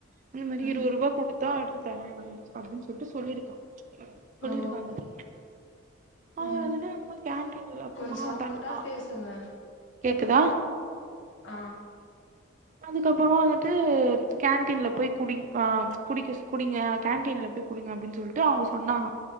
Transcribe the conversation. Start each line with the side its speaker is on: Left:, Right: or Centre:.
Right: இந்த மாதிரி
Left: ம்
Right: இருவது ரூபா குடுத்தா எடுத்து தராங்க அப்டின்னு சொல்லிட்டு சொல்லிருக்கா சொல்லிருக்கா
Left: ஓ
Right: அந்த பைய அதுல
Left: ம்
Right: வந்துட்டு இப்ப கேன்டீன்ல அப்பமா
Left: கொஞ்ச சவுண்டா
Right: தன் ஆ
Left: பேசுங்க
Right: கேக்குதா
Left: ஆ
Right: அதுக்கப்புறமா வந்துட்டு கேன்டீன்ல போய் குடிங் ஆ குடிக்க குடிங்க கேன்டீன்ல போய் குடிங்க அப்டின்னு சொல்லிட்டு அவங்க சொன்னாங்க